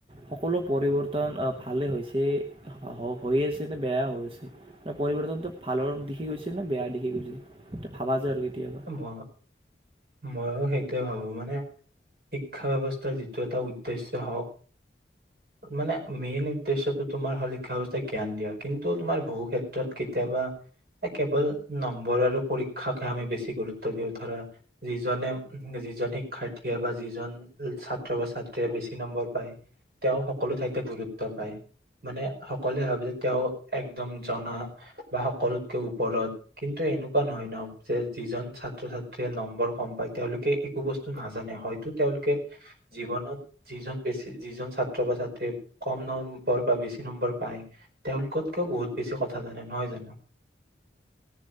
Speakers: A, on the right (about 30°); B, on the right (about 55°).
A: সকলো পৰিৱৰ্তন ভালেই হৈছে হৈ আছে নে বেয়া হৈ আছে পৰিৱৰ্তনটো ভালৰ দিশে গৈছে নে বেয়া দিশে গৈছে সটো ভাবা যোয় কেতিয়াবা আৰু
B: ম <inaudible> মইো সেইটোয়ে ভাবো। মানে শিক্ষা ব্যৱস্থাৰ যিটো এটা উদ্দেশ্য হওক মানে মেইন উদ্দেশ্যয়টো তোমাৰ হ শিক্ষা ব্যয়ৱস্থাই জ্ঞান দিয়া কিন্তু তোমাৰ বহু ক্ষেত্ৰত কেতিয়াবা কেৱল নম্বৰ আৰু পৰীক্ষাকে আমি বেছি গুৰুত্ব দিওঁ ধৰা যিজনে যিজন শিক্ষাৰ্থীয়ে বা যিজন ছাত্ৰ বা ছাত্ৰীয়ে বেছি নম্বৰ পায় তেওঁ সকলো ঠাইতে গুৰুত্ব পায় মানে সকলোৱে ভাবে যে তেওঁ একদম জনা বা সকলোতকে ওপৰত কিন্তু এনেকুৱা নহয় ন যে যিজন ছাত্ৰ ছাত্ৰীয়ে নম্বৰ কম পায় তেওঁলোকে একো বস্তু নাজানে হয়তো তেওঁলোকে জীৱনত যিজন বেছি যিজন ছাত্ৰ বা ছাত্ৰীয়ে কম নম্বৰ বা বেছি নম্বৰ পায় তেওঁলোকতকেও বহুত বেছি কথা জানে, নহয় জানো।